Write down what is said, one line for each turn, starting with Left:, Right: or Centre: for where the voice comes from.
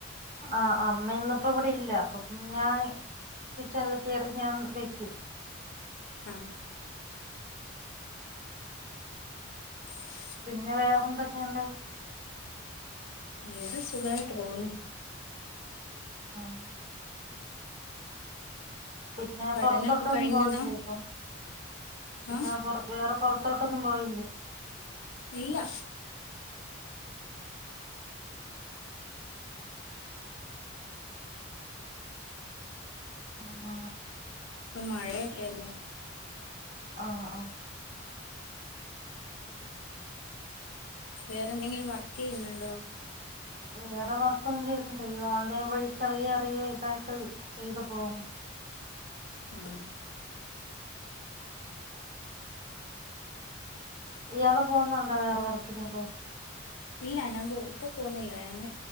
Right: ആഹ് അമ്മ ഇന്നിപ്പോ വൃ ടില്ല അപ്പൊപ്പ ഞാൻ കിച്ചണില് കേറി ഞാൻ വെയ്ക്കും
Left: ആഹ് ഉ
Right: പിന്നെ വേറെന്തൊക്കേണ്ട്
Left: വേറെ സുഖായിട്ട് പോവുന്നു
Right: ആഹ് പിന്നെ
Left: പഠനൊക്കെ
Right: പൊറത്തോട്ടൊന്നും
Left: കഴിഞ്ഞതാ
Right: പോവില്ലേ ഇപ്പം പിന്നെ
Left: ആഹ്
Right: പൊറ വേറെ പൊറത്തോട്ടൊന്നും പോയില്ലേ?
Left: ഇല്ല
Right: ആ
Left: പ്പം മഴയൊക്കെയല്ലേ
Right: ആഹ് ആഹ്
Left: വേറെന്തെങ്കിലും വർക്ക്‌ ചെയ്യുന്നുണ്ടോ?
Right: വേറെ വർക്കൊന്നും ചെയ്യുന്നില്ല, ഈ ഓൺലൈൻ വഴി ചെറിയ ചെറിയ ഇതായിട്ട് ചെയ്ത് പോകുന്നു.
Left: മ്
Right: ഇയാള് പോകുന്നുണ്ടോ വേറെ വർക്കിന് വല്ലതും
Left: ഇല്ല ഞാൻ പോ ഇപ്പൊ പോകുന്നില്ല ഞാന്